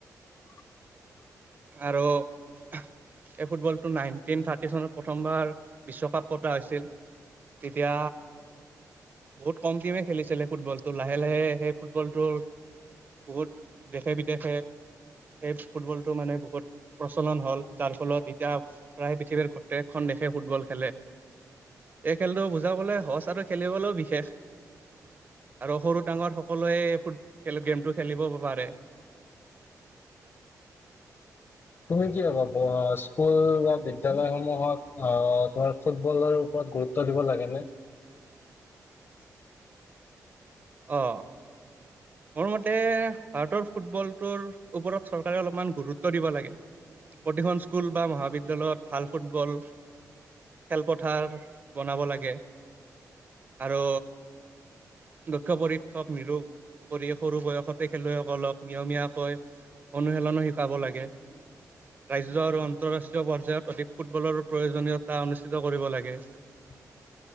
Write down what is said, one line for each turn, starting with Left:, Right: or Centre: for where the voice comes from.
Left: <inaudible>
Right: আৰু এই ফুটবলটো নাইন টিন থাৰ্টি চনত প্ৰথমবাৰ বিশ্বকাপ পতা হৈছিল তেতিয়া বহুত কম টিমে খেলিছিলে ফুটবলটো লাহে লাহে সেই ফুটবলটো বহুত দেখে বিদেশে এই ফুটবলটো মানে বহুত প্ৰচলন হ'ল যাৰ ফলত এতিয়া প্ৰায় পৃথিৱীৰ গোট্যেকখন দেশে ফুটবল খেলে এই খেলটো বুজাবলৈ সঁচাটো খেলিবলৈও বিশেষ আৰু সৰু ডাঙৰ সকলোৱে ফুটব খেল গেমটো খেলিব পাৰে
Left: হয় তুমি কি হব স্কুল বা বিদ্যালয়সমূহত আহ তোমাৰ ফুটবলৰ ওপৰত গুৰুত্ব দিব লাগে নে <inaudible>
Right: অ মোৰ মতে ভাৰতৰ ফুটবল তৰ ওপৰত চৰকাৰে অলপমান গুৰুত্ব দিব লাগে প্ৰতিখন স্কুল বা মহাবিদ্যালয়ত ভাল ফুটবল খেলপথাৰ বনাব লাগে আৰু দক্ষ পৰীক্ষক নিৰূপ কৰি সৰু বয়সতে খেলুৱৈসকলক নিয়মীয়াকৈ অনুশীলনো শিকাব লাগে ৰাজ্য আৰু আন্তৰাষ্ট্ৰীয় পৰ্যায়ত অধিক ফুটবলৰ প্ৰয়োজনীয়তা অনুষ্ঠিত কৰিব লাগে
Left: <inaudible>